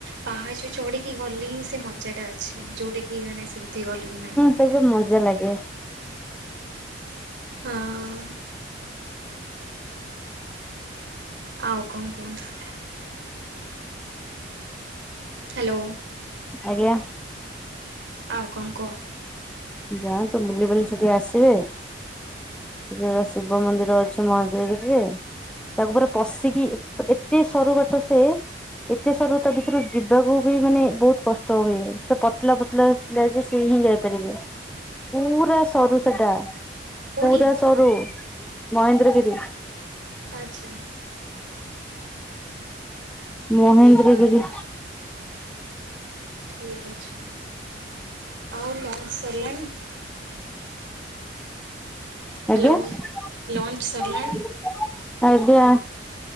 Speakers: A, on the right; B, in the centre.
A: ପାହାଚ ଚଢ଼ିକି ଗଲି ହିଁ ସେ ମଜାଟ ଅଛି ଯୋଉଟାକି ମାନେ ସେମ ଏତେ ଗଲେ ବି ନାହିଁ।
B: ସେବୁ ମଜା ଲାଗେ।
A: ଆଁ। ଆଉ କଣ କୁହନ୍ତୁ? ହେଲୋ।
B: ଆଜ୍ଞା।
A: ଆଉ କଣ କୁହ?
B: ଯାଆନ୍ତୁ ବୁଲିବାଲି ସେଠୁ ଆସିବେ। ସେଠି ବା ଶିବ ମନ୍ଦିର ଅଛି ମହେନ୍ଦ୍ର ଗିରି ରେ। ତା ଭିତରେ ପଶିକି ଏତେ ସରୁ ବାଟ ସେ ଏତେ ସରୁ ତା ଭିତରୁ ଯିବାକୁ ବି ମାନେ ବହୁତ କଷ୍ଟ ହୁଏ ସେ ପତଲା ପତଲା ଆଜି ସିଏ ହିଁ ଯାଇ ପାରିବେ। ପୁରା ସରୁ ସେଟା
A: କେଉଁଠି
B: ପୁରା ସରୁ ମହେନ୍ଦ୍ର ଗିରି।
A: ଆଚ୍ଛା।
B: ମହେନ୍ଦ୍ର
A: ଯିବା
B: ଗିରି।
A: ଠିକ୍ ଅଛି। ଆଉ ଲଞ୍ଚ ସରିଲାଣି? ହ୍ୟାଲୋ
B: ଆଜ୍ଞା।
A: ଲଞ୍ଚ୍ ସରିଲାଣି